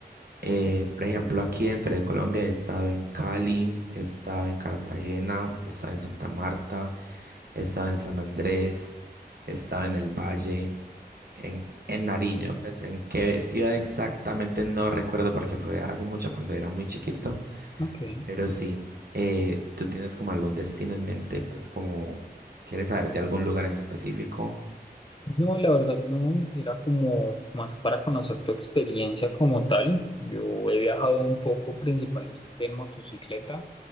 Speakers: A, on the right; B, on the left.
A: Eh, por ejemplo, aquí dentro de Colombia he estado en Cali, he estado en Cartagena, he estado en Santa Marta, he estado en San Andrés, he estado en el Valle, en, en Nariño, pues en qué ciudad exactamente no recuerdo porque fue hace mucho cuando era muy chiquito
B: Ok.
A: pero sí, eh, ¿tú tienes como algún destino en mente? Pues como, ¿quieres saber de algún lugar en específico?
B: No, la verdad no, era como más para conocer tu experiencia como tal. Yo he viajado un poco principalmente en motocicleta